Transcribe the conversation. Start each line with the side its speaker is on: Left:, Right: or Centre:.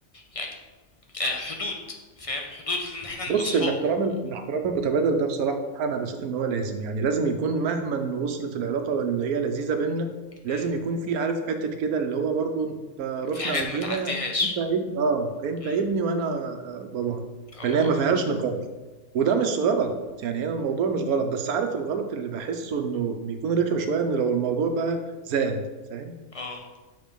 Left: يعني آه، حدود فاهم حدود ان احنا نبقى
Right: بص
Left: اصحاب
Right: الاحترام
Left: مم.
Right: الاحترام المتبادل ده بصراحة أنا بشوف إن هو لازم يعني لازم يكون مهما وصلت العلاقة اللي هي لذيذة بينا لازم
Left: مم.
Right: يكون في عارف حتة كده اللي هو برضو أنت رحنا
Left: في حاجات
Right: أو
Left: ما
Right: جينا
Left: تعديهاش
Right: أنت ابن آه أنت
Left: مم.
Right: ابني وأنا آه، باباك
Left: اه
Right: فاللي هي ما فيهاش نقاش وده مش غلط يعني هنا الموضوع مش غلط بس عارف الغلط اللي بحسه إنه بيكون رخم شوية إن لو الموضوع بقى زاد فاهم
Left: اه